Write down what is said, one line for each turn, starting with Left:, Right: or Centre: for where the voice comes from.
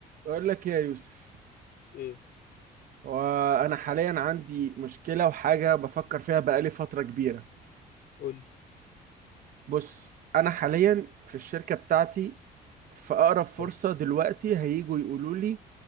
Right: أقول لك إيه يا يوسف
Left: ايه
Right: وأنا حاليا عندي مشكلة وحاجة بفكر فيها بقالي فترة كبيرة
Left: قول لي
Right: بص أنا حاليا في الشركة بتاعتي في أقرب فرصة
Left: تم-
Right: دلوقتي هيجوا يقولوا لي